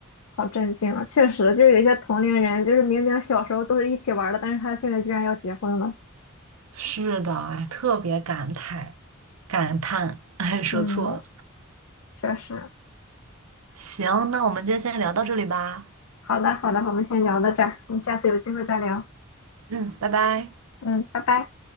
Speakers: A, on the left; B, on the right.
A: 好震惊啊！确实，就是有一些同龄人，就是明明小时候都是一起玩儿的，但是他现在居然要结婚了。
B: 是的，哎，特别感慨，感叹，哎，说错了。
A: 嗯，确实。
B: 行，那我们今天先聊到这里吧。
A: 好的，好的，我们先聊到这儿，我们下次有机会再聊。
B: 嗯，拜拜。
A: 嗯，拜拜。